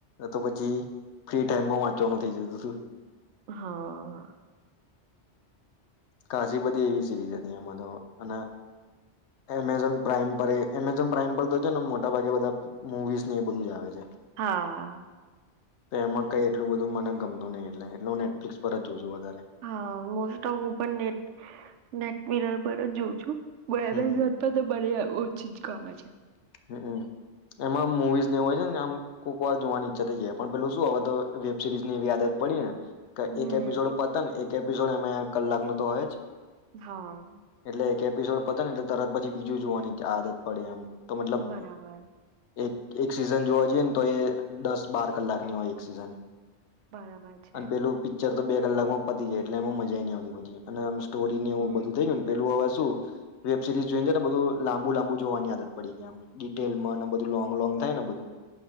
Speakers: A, on the left; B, on the right.
A: તો પછી ફ્રી ટાઈમમાં વાંચવાનું થઈ જતું થું.
B: હા.
A: કાશી બધી એવી સિરીઝ હતી એમાં તો અને એમેઝોન પ્રાાઈમ પર એ એમેઝોન પ્રાાઈમ પર તો છે ને મોટા ભાગે બધા મુવીઝ ને એ બધું જ આવે છે.
B: હા.
A: તો એમાં કઈ એટલું બધું મને ગમતું નઈ એટલે એટલ હું નેટફ્લિક્સ પર જ જોઉં છું વ
B: હા મોસ્ટ ઓફ હું પણ નેટ નેટ મીરર પર જ જોઉં છું. વે
A: હમ
B: બે જતો તો બળિયા ઓ ચી જ કામા છે.
A: હમ્મ એમાં મુવીઝ નેવું હોય છે ને આમ કોક વાર જોવાની ઈચ્છા થઈ જાય પણ પેલું શું હવે તો વેબ સિરીઝ ની એવી આદત પડી ને કા
B: હમ
A: એક એપિસોડ પતે ને એક એપિસોડ એમાં એ કલાક નો તો હોય જ.
B: હા.
A: એટલે એક એપિસોડ પતા નહીં તો તરત પછી બીજું જોવાની આદત પડે એમ. તો મતલબ
B: બરાબર
A: એક એક સિઝન જોવા જઈએ ને તો એ દસ બાર કલાકની હોય એક સિઝન.
B: બરાબર છે.
A: અને પેલું પિક્ચર તો બે કલાકમાં પતી જાય એટલે એમાં મજા નહી આવતી હોતી અને એમ સ્ટોરીનેવું
B: હમ
A: બધું થયું પેલુંવાજ શું વેબ સિરીઝ જોઈને છે ને બધું લાંબુ લાંબુ જોવાની આદત પડી ગઈ એમ ડિટેલમાં ના બધુંં લોંગ લોંગ થાય ને બધું